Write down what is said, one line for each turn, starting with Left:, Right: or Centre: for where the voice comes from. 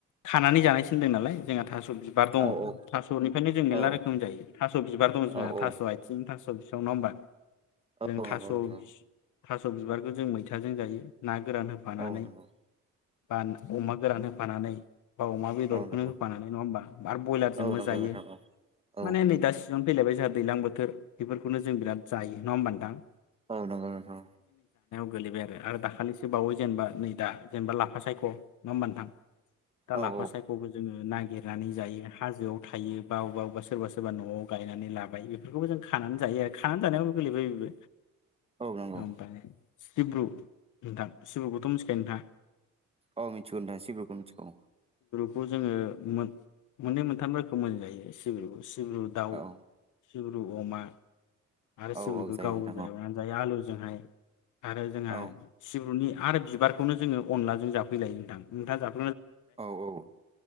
Left: खानानै जानाय सिनदों नालाय जोंहा थास' थ' बिबार दंङ
Right: औ औ
Left: थास'निफ्रायनो जों मेरला
Right: औ
Left: रोखोम जायो। थास' बिबार दं जोंहा
Right: औ औ
Left: थास' आइथिं थास', बि सं नंबा
Right: औ
Left: जों थास'
Right: नंगौ
Left: बिस
Right: नोंथां
Left: थास स' बिबारखौ जों मैथाजों जायो ना गोरान होफानानै
Right: औ औ नंगौ
Left: बान अमा गोरान होफानानै बा अमा बेदरखौनो
Right: औ नंगौ
Left: होफानानै नंङा होमबा? आरो ब्रयलारजोंबो
Right: औ नंगौ
Left: जायो।
Right: नोंथां औ
Left: माने नै दा सिजोन फैलायबाय जोंहा दैज्लां बोथोर बेफोरखौनो जों बिराद जायो नङा होमबा नों दां
Right: औ नंगौ नोंथां औ
Left: गोलैबाय आरो दाखालिसो बावो जेनेबा नै दा जेनेबा लाफा सायख' नङा होमबा नोंथां दा
Right: औ
Left: लाफा
Right: औ
Left: सायखौबो जोंङो नागिरनानै जायो हाजोआव थायो बबा अबेबा अबेबा सोरबा सोरबा न'आव गायनानै लाबाय बेफोरखौबो जों खानानै जायो आरो खानानै जानायावबो गोलैबाय बेबो
Right: औ नंगौ
Left: ओमफ्राय सिब्रु नोंथां सिब्रुखौथ' मिथिखायो नोंथां?
Right: औ मिथिगौ नोंथां सिब्रुखौ मिथिखौ।
Left: जोंङो मोननै मोनथाम रोखोम मोनजायो सिब्रु सिब्रु
Right: औ
Left: दाउ सिब्रु अमा आरो
Right: औ
Left: सिब्रु
Right: औ जायो नोंथां औ
Left: एवनानै जायो आलुजों ओमफ्राय आरो जोंहा
Right: औ
Left: सिब्रुनि आरो बिबारखौनो जोंङो अनलाजों जाफैलायो नोंथां। नोंथाङा जाफेरबाय
Right: औ औ